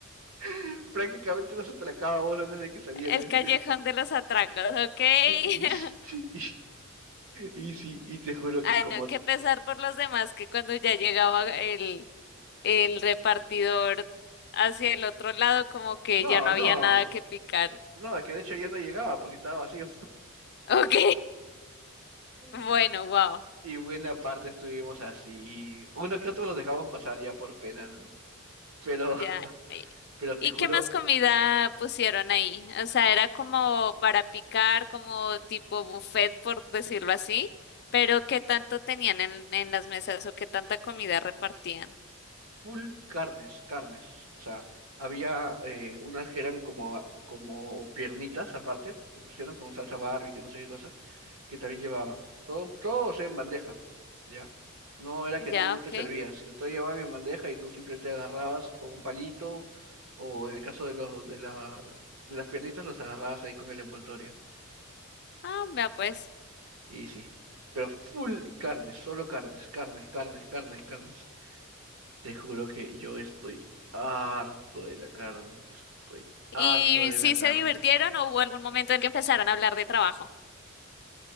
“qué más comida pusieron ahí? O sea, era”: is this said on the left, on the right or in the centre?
Left